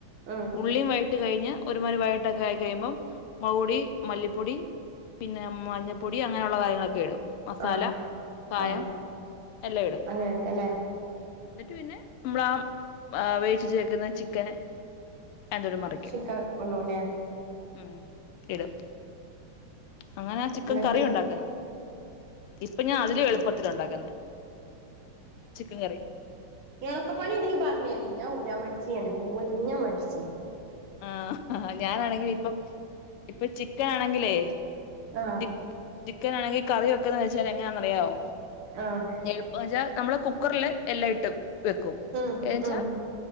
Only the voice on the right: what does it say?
ഉം
ആഹ്
ആഹ്
അങ്ങനൊക്കെല്ലേ
ചിക്ക കൊണ്ടോവുല്ലേ
എന്നിട്ട്
എളുപ്പ പണിണ്ടെങ്കി പറാഞ്ഞേരി ഞ ഊരാ മടിച്ചിയാണ് ഊരിഞ്ഞ മടിച്ചി
ആഹ്
ആഹ്
ഉം
ഉം